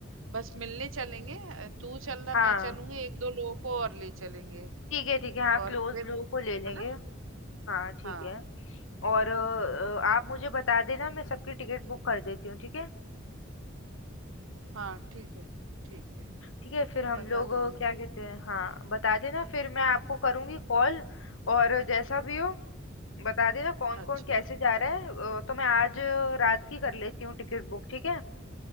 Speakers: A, on the right; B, on the left.
A: बस मिलने चलेंगे अ, तू चल रहा
B: हाँ
A: मैं चलूंगी एक दो लोगों को और ले चलेंगे
B: ठीक है ठीक है हाँ
A: और
B: क्लोज
A: फिर
B: लो को ले लेंगे
A: है ना
B: हाँ ठीक
A: हाँ
B: है और अ,
A: तो
B: आप मुझे बता देना मैं सबकी टिकट बुक कर देती हूँ ठीक है
A: हाँ ठीक है ठीक है
B: ठीक है फिर हम
A: बता
B: लोग
A: दूंगी
B: अ, क्या कहते
A: है
B: हैं
A: ना?
B: हाँ बता देना फिर मैं आपको करूँगी कॉल और जैसा भी हो बता देना कौन
A: अच्छा
B: कौन कैसे जा रहा है अ, तो मैं आज अ, रात की कर लेती हूँ टिकट बुक ठीक है